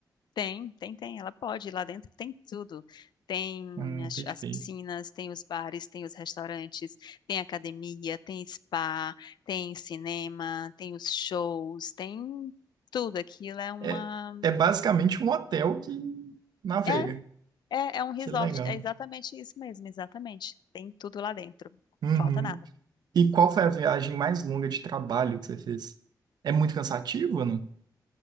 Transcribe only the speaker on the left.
Tem, tem, tem, ela pode, lá dentro tem tudo. Tem
as,
as piscinas, tem os bares, tem os restaurantes, tem academia, tem spa, tem cinema, tem os shows, tem tudo. Aquilo é uma.
É, é, é um resort,
é exatamente isso mesmo, exatamente. Tem tudo lá dentro,
falta nada.